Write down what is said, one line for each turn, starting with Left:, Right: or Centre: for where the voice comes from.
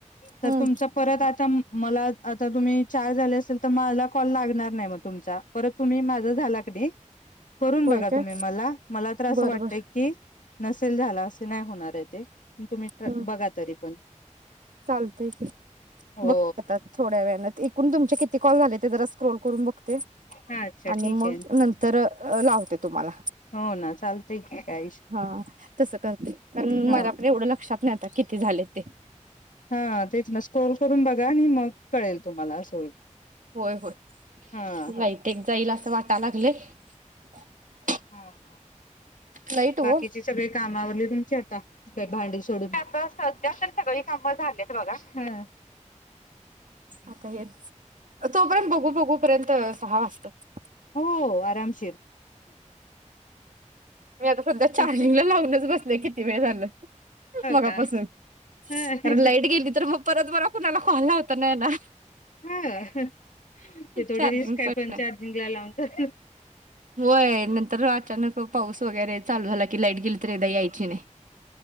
Left: तर
Right: हम्म
Left: तुमच परत आता, मला आता तुम्ही चार झाले असेल तर मला कॉल लागणार नाही मग तुमचा परत तुम्ही माझा झाला की नी करून
Right: होय
Left: बघा
Right: काय
Left: तुम्ही मला मला तर असं
Right: बर
Left: वाटतय
Right: बर
Left: की नसेल झाला असं नाही. होणार आहे ते, तुम्ही
Right: हम्म
Left: बघा तरी, पण,
Right: चालतय की
Left: हो
Right: बघते आता थोड्या वेळाने एकूण तुमचे किती कॉल झाले ते जरा स्क्रोल करून बघते
Left: हा अच्छा
Right: आणि
Left: ठीक
Right: मग
Left: आहे
Right: नंतर लावते. तुम्हाला
Left: हो ना चालतय की काय
Right: हा तस करते कारण
Left: ह
Right: मला पण एवढं लक्षात नाही. आता किती झाले ते,
Left: हा तेच ना स्कोर करून बघा आणि मग कळेल तुम्हाला अस होईल.
Right: होय होय
Left: हा
Right: लाईट एक जाईल असं वाटाय लागलंय. <unintelligible>
Left: हा हा हा,
Right: लाईट हो
Left: बाकीची सगळी कामावरली तुमची आता भांडी सोडून, आता सध्या सगळी काम झालेत बघा. ह
Right: आता हेच तोपर्यंत बघू बघूपर्यंत सहा वाजतात.
Left: हो, आरामशीर.
Right: मी आता सध्या चार्लिंगला
Left: हो
Right: लावूनच बसते. किती वेळ झालं. मगापसून
Left: का ह
Right: कारण लाईट गेली तर मग परत मला कुणाला कॉल लावता नाही येणार.
Left: ह ते थोडी
Right: चार्जिंग
Left: रिस्क आहे
Right: पण नाही.
Left: चार्जिंगला <inaudible>
Right: व्हय नंतर अचानक पाऊस वगैरे चालू झाला कि लाईट गेली तर एकदा यायची नाही.